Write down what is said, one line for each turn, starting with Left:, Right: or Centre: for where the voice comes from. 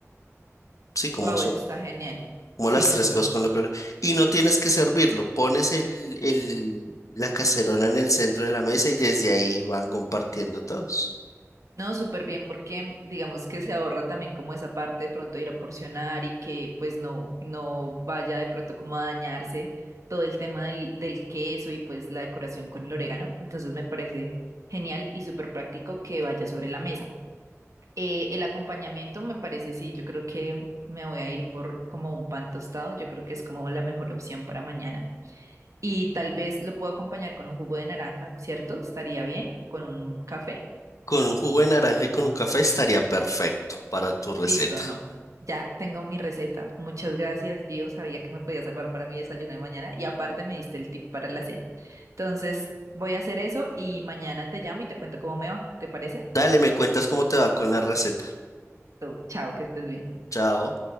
Left: sí, como,
Right: Wow,
Left: so-
Right: eso está genial.
Left: como
Right: Sí,
Left: las
Right: no,
Left: tres
Right: está,
Left: cosas con lo que... lo- Y no tienes que servirlo, pones el, el- la cacerola en el centro de la mesa y desde ahí van compartiendo todos.
Right: No, súper bien, porque digamos que se ahorra también como esa parte de pronto ir a porcionar y que pues no, no vaya de pronto como a dañarse todo el tema del, del queso y pues la decoración con el orégano. Entonces me parece genial y súper práctico que vaya sobre la mesa. Eh, el acompañamiento me parece, sí, yo creo que me voy a ir por como un pan tostado, yo creo que es como la mejor opción para mañana. Y tal vez lo puedo acompañar con un jugo de naranja, ¿cierto? Estaría bien, o con un café.
Left: Con un jugo de naranja y con un café estaría perfecto para tu receta.
Right: Listo, no. Ya tengo mi receta. Muchas gracias, Gio. Sabía que me podía salvar para mi desayuno de mañana y aparte me diste el tip para la cena. Entonces, voy a hacer eso y mañana te llamo y te cuento cómo me va. ¿Te parece?
Left: Dale, me cuentas cómo te va con la receta.
Right: Tú, chao, que estés bien.
Left: Chao.